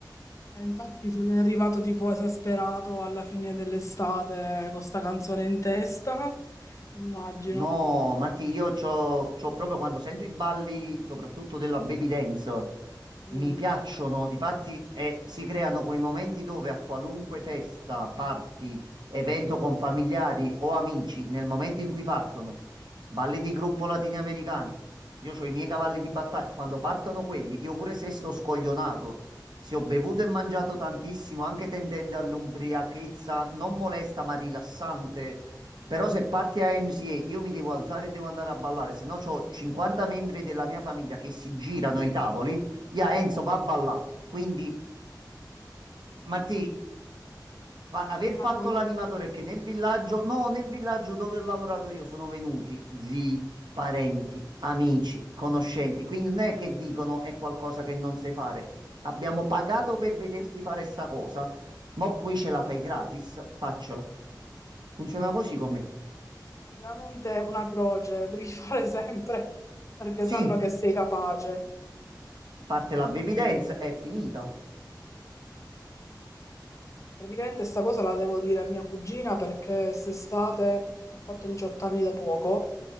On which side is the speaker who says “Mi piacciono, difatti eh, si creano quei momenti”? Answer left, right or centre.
Right